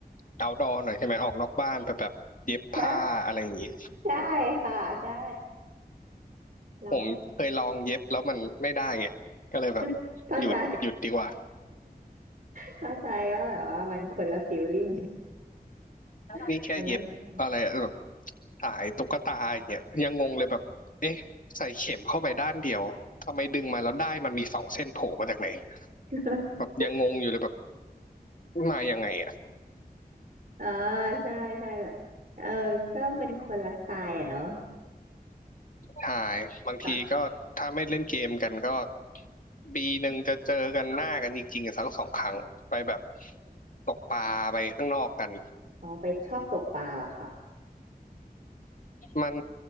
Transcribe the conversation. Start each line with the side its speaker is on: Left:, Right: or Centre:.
Left: เอาดอหน่อยใช่ไหมออกนอกบ้านไปแบบเย็บผ้าอะไรอย่างงี้
Right: ใช่ใช่ค่ะใช่เราไม่
Left: ผมเคยลองเย็บแล้วมันไม่ได้ไงก็เลยแบบ
Right: <laughs> เข้าใจ
Left: หยุดหยุดดีกว่า
Right: เข้าใจว่าแบบว่ามันคนละฟีลลิ่ง <laughs>
Left: นี่แค่เย็บอะไรอะแบบ
Right: มันไม่เหมือน
Left: สายตุ๊กตาอย่างเงี้ยยังงงเลยแบบเอ๊ะใส่เข็มเข้าไปด้านเดียวทำไมดึงมาแล้วได้มันมีสองเส้นโผล่มาจากไหน
Right: <laughs>
Left: แบบยังงงอยู่เลยแบบมายังไงอ่ะ
Right: ออใช่ใช่แบบเออก็เป็นคนละสไตล์อ่ะเนาะ
Left: ใช่บางทีก็ถ้าไม่เล่นเกมกันก็
Right: ค่ะ
Left: ปีหนึ่งจะเจอกันหน้ากันจริงๆสักสองครั้งไปแบบตกปลาไปข้างนอกกัน
Right: อ๋อไปชอบตกปลาเหรอคะ
Left: มัน